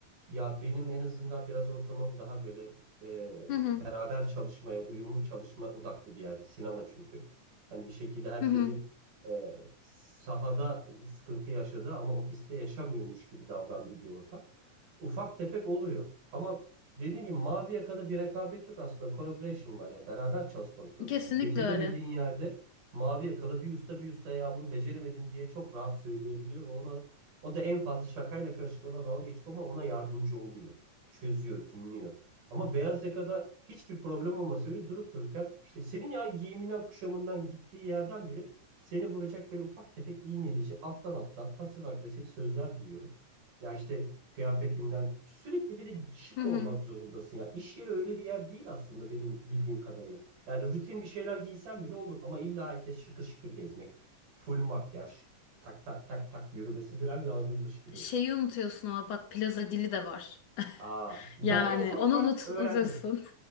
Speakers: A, on the right; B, on the left.
A: Ya benim en azından biraz ortamım daha böyle e,
B: Hı hı.
A: beraber çalışmaya, uyumlu çalışma odaklı bir yerde. Sinema çünkü. Hani bir şekilde herkesin
B: Hı hı.
A: e, sahada sıkıntı yaşadığı ama ofiste yaşamıyormuş gibi davrandığı bir ortam. Ufak tefek oluyor. Ama dediğim gibi mavi yakada bir rekabet yok aslında. Collaboration var. Yani beraber çalışmak zorundasın.
B: Kesinlikle
A: Beceremediğin
B: öyle.
A: yerde mavi yakalı bir usta bir usta ya bunu beceremedim diye çok rahat söyleyebiliyor ve ona o da en fazla şakayla karışık ona dalga geçip ama ona yardımcı oluyor. Çözüyor, dinliyor. Ama beyaz yakada hiçbir problem olmasa bile durup dururken işte senin ya giyiminden, kuşamından, gittiği yerden bile seni vuracak böyle ufak tefek iğneleyici alttan alttan pasif agresif sözler duyuyorum. Ya işte kıyafetinden sürekli bir de şık
B: Hı hı.
A: olmak zorundasın ya. İş yeri öyle bir yer değil aslında benim bildiğim kadarıyla. Yani rutin bir şeyler giysen bile olur ama illa herkes şıkır şıkır gezmek, full makyaj, tak tak tak tak yürümesi falan lazımmış gibi.
B: Şeyi unutuyorsun ama bak plaza dili de var.
A: Aa, ben
B: Yani
A: onu ufak
B: onu
A: ufak
B: unut,
A: öğrendim.
B: unutuyorsun.